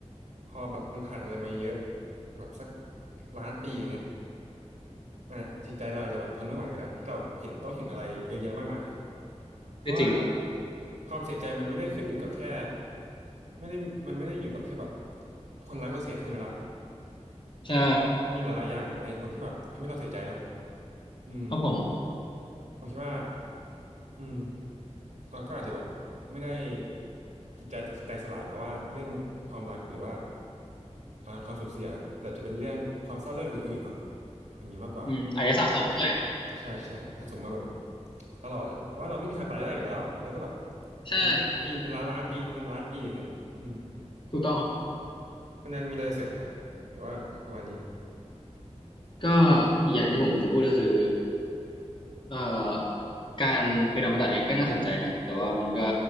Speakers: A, on the right; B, on the left.
A: พอแบบมันผ่านอะไรมาเยอะแบบสักล้านปีอย่างเงี้ย อ่ะจิตใจเราอาจจะแบบทนไม่ไหวก็ได้ที่เราเห็นต้องเห็นอะไรเยอะแยะมากมายเพราะว่า
B: ก็จริงนะครับ
A: ความเสียใจมันไม่ได้ขึ้นอยู่กับแค่ไม่ได้มันไม่ได้อยู่กับแค่แบบคนรักเราเสียใช่ไหมล่ะ
B: ใช่
A: มีหลายๆอย่างหลายเหตุผลที่แบบทำให้เราเสียใจเนาะอืม
B: ครับผม
A: ผมคิดว่าอืมเราก็อาจจะแบบไม่ได้จิตใจแตกแตกสลายเพราะว่าเรื่องความรักหรือว่าอ่าความสูญเสียแต่จะเป็นเรื่องความเศร้าเรื่องอื่นๆเนาะอย่างนี้มากกว่า
B: อืมอาจจะสะสมด้วย
A: ใช่ใช่ถ้าสมมติว่าแบบตลอดอะเพราะว่าเราไม่มีทางตายได้อยู่แล้วแล้วก็แบบ
B: ใช่
A: เป็นล้านปีเป็นล้านล้านปีพันล้านปีอย่างเงี้ยอืม
B: ถูกต้องครับ
A: คุณนันมีอะไรจะเสริมไหมครับหรือว่าประมาณนี้
B: ก็อีกอย่างที่ผมจะพูดก็คือเอ่อการเป็นอมตะเนี่ยก็น่าสนใจนะแต่ว่ามันก็